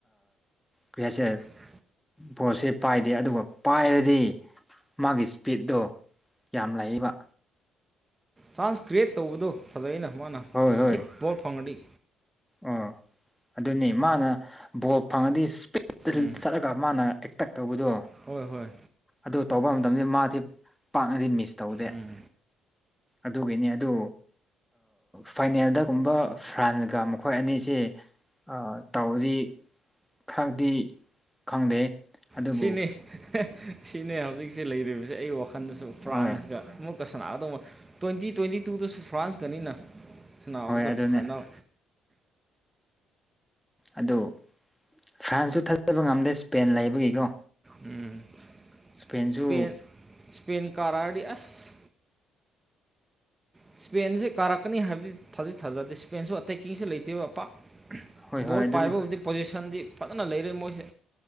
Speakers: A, in the centre; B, on the right.
A: ꯀꯔꯤꯍꯥꯏꯁꯦ
B: ꯀꯁꯦ
A: ꯕꯣꯁꯦ ꯄꯥꯏꯗꯦ ꯑꯗꯨꯒ ꯄꯥꯏꯔꯗꯤ ꯃꯥꯒꯤ ꯁꯄꯤꯠꯇꯣ ꯌꯥꯝ ꯂꯩꯕ
B: ꯆꯥꯟꯁ ꯀ꯭ꯔꯤꯌꯦꯠ ꯇꯧꯕꯗꯣ ꯐꯖꯩꯅ ꯃꯥꯅ
A: ꯍꯣꯏ ꯍꯣꯏ
B: ꯍꯦꯛ ꯕꯣꯜ ꯐꯪꯉꯗꯤ
A: ꯑꯣ ꯑꯗꯨꯅꯤ ꯃꯥꯅ ꯕꯣꯜ ꯐꯪꯉꯗꯤ ꯏꯁꯄꯤꯠꯇ
B: ꯎꯝ
A: ꯆꯠꯂꯒ ꯃꯥꯅ ꯑꯦꯛꯇꯛ ꯇꯧꯕꯗꯣ
B: ꯍꯣꯏ ꯍꯣꯏ
A: ꯑꯗꯨ ꯇꯧꯕ ꯃꯇꯝꯗ ꯃꯥꯗꯤ ꯄꯥꯛꯅꯗꯤ ꯃꯤꯁ ꯇꯧꯗꯦ
B: ꯎꯝ
A: ꯑꯗꯨꯒꯤꯅꯤ ꯑꯗꯨ ꯐꯥꯏꯅꯦꯜꯗ ꯒꯨꯝꯕ ꯐ꯭ꯔꯥꯟꯁꯒ ꯃ ꯈꯣꯏꯑꯅꯤꯁꯦ ꯇꯧꯔꯗꯤ ꯈꯔꯗꯤ ꯈꯪꯗꯦ ꯑꯗꯨꯕꯨ
B: ꯁꯤꯅꯤ ꯁꯤꯅꯦ ꯍꯧꯖꯤꯛꯁꯦ ꯂꯩꯔꯤꯕꯁꯦ ꯑꯩ ꯋꯥꯈꯜꯗꯁꯨ ꯐ꯭ꯔꯥꯟꯁꯀ
A: ꯍꯣꯏ
B: ꯑꯃꯨꯛ ꯁꯥꯟꯅꯒꯗꯕ ꯇ꯭ꯋꯦꯟꯇꯤ ꯇ꯭ꯋꯦꯟꯇꯤꯇꯨ ꯗꯁꯨ ꯐ꯭ꯔꯥꯟꯁꯀꯅꯤꯅ ꯁꯅꯥꯅꯕꯗꯣ
A: ꯍꯣꯏ ꯑꯗꯨꯅꯦ
B: ꯐꯥꯏꯅꯥꯜ
A: ꯑꯗꯨ ꯐ꯭ꯔꯥꯟꯁꯁꯨ ꯊꯥꯖꯕ ꯉꯝꯗꯦ ꯏꯁꯄꯦꯟ ꯂꯩꯕꯒꯤꯀꯣ
B: ꯎꯝ
A: ꯏꯁꯄꯦꯟꯁꯨ
B: ꯁꯄꯦꯟ ꯁꯄꯦꯟ ꯀꯔꯥꯗꯤ ꯑꯁ ꯏꯁꯄꯦꯟꯁꯦ ꯀꯥꯔꯛꯀꯅꯤ ꯍꯥꯏꯕꯗꯤ ꯊꯥꯖꯤ ꯊꯥꯖꯗꯦ ꯏꯁꯄꯦꯟꯁꯨ ꯑꯇꯩ ꯀꯁꯨ ꯂꯩꯇꯦꯕꯄꯥꯛ
A: ꯍꯣꯏ ꯍꯣꯏ
B: ꯕꯣꯜ
A: ꯑꯗꯨꯅꯤ
B: ꯄꯥꯏꯕꯕꯨꯗꯤ ꯄꯣꯖꯤꯁꯟꯗꯤ ꯐꯖꯅ ꯂꯩꯔꯦ ꯃꯣꯏꯁꯦ